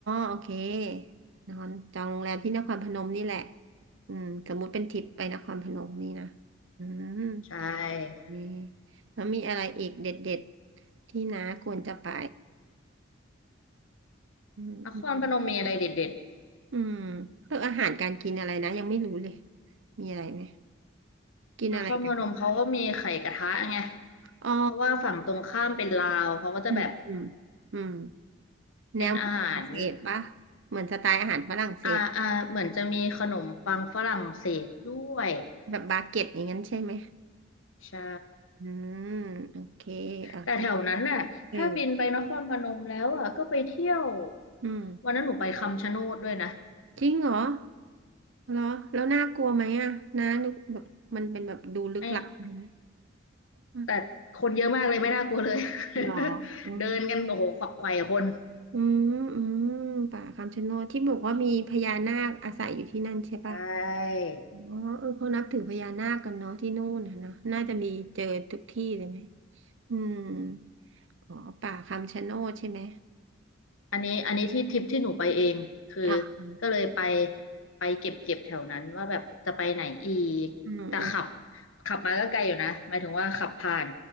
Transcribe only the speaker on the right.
โอเคนอนจองโรงแรมที่นครพนมนี่แหละอืมสมมุติเป็นทริปไปนครพนมนี่นะอืม
นีแล้วมีอะไรอีกเด็ดๆที่น้าควรจะไปอืมอืม
อืมเรื่องอาหารการกินอะไรนะยังไม่รู้เลยมีอะไรไหม
กินอะไรกันอ๋อ
อืมอืมอืมแนวมนฝรั่งเศสปะ
เหมือนสไตล์อาหารฝรั่งเศส
แบบบาเก็ตอย่างนั้นใช่ไหม
อืมโอเคอ่ะ
เอออืม
จริงเหรอเหรอแล้วน่ากลัวไหมอ่ะน้านึกแบบมันเป็นแบบดูลึกลับใช่ไหม
อืม
เหรออืม
อืมอืมป่าคำชะโนดที่บอกว่ามีพญานาคอาศัยอยู่ที่นั่นใช่ป่ะ
อ๋อเออเขานับถือพญานาคกันเนาะที่นู่นนะเนอะน่าจะมีเจอทุกที่เลยไหมอืมอ๋อป่าคำชะโนดใช่ไหม
อ่า
อืมอืม